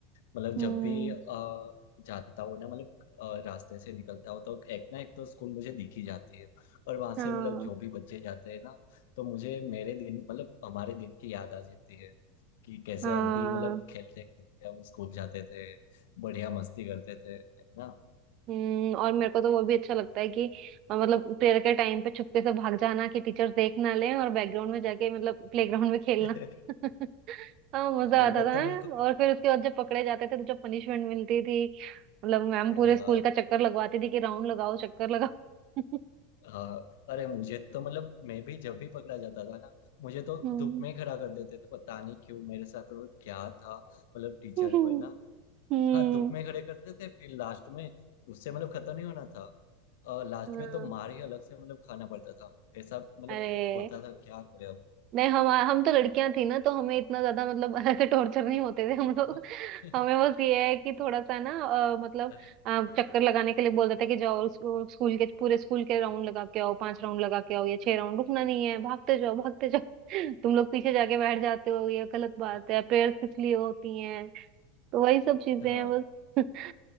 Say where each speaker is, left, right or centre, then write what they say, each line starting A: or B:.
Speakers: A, on the left; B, on the right.
A: मतलब
B: हम्म
A: जब भी अ, जाता हूँ ना मतलब अ, रास्ते से निकलता हूँ तो एक ना एक तो स्कूल मुझे दिख ही जाती है और वहां
B: हाँ
A: से मतलब जो भी बच्चे जाते हैं ना तो मुझे मेरे दिन मतलब हमारे दिन की याद आ जाती है कि कैसे
B: हाँ
A: हम भी मतलब खेलते खेलते हम स्कूल जाते थे बढ़िया मस्ती करते थे है ना
B: हम्म और मेरे को तो वो भी अच्छा लगता है कि अ, मतलब प्रेयर के टाइम पे चुपके से भाग जाना कि टीचर्स देख ना लें और बैकग्राउंड में जाके मतलब
A: अरे
B: प्लेग्राउंड में खेलना
A: <laughs>
B: <laughs> हाँ मजा
A: उम्र
B: आता था
A: तो
B: हैं?
A: बिल्कुल
B: और
A: बिल्कुल
B: फिर उसके बाद जब पकड़े जाते थे तो जो पनिशमेंट मिलती थी मतलब मैम
A: है,
B: पूरे
A: हाँ
B: स्कूल का चक्कर लगवाती थी कि राउंड लगाओ चक्कर लगाओ <laughs>
A: हाँ अरे मुझे तो मतलब मैं भी जब भी पकड़ा जाता था ना मुझे तो
B: हम्म
A: धूप में ही खड़ा कर देते थे पता नहीं क्यों मेरे साथ तो क्या था मतलब टीचर
B: हम्म
A: को है ना
B: हम्म,
A: हाँ धूप में खड़े करते थे फिर लास्ट में उससे मतलब खत्म ही होना था लास्ट
B: हाँ,
A: में तो मार ही अलग से मतलब खाना पड़ता था ऐसा मतलब
B: अरे
A: होता था क्या करे अब
B: नहीं हम हम तो लड़कियां थी ना तो हमें इतना ज्यादा मतलब <laughs> ऐसे टॉर्चर नहीं होते थे हम लोग
A: हाँ <laughs>
B: हमें बस ये है कि थोड़ा सा ना अ, मतलब
A: अरे
B: अ, चक्कर लगाने के लिए बोल देते कि जाओ स्कू- स्कूल के पूरे स्कूल के राउंड लगा के आओ पांच राउंड लगा के आओ या छह राउंड रुकना नहीं है भागते जाओ भागते जाओ <laughs> तुम लोग पीछे जाके बैठ जाते हो ये गलत बात
A: हाँ
B: है प्रेयर्स किस लिए होती हैं तो वही सब चीजें
A: <laughs> हाँ
B: हैं बस <laughs>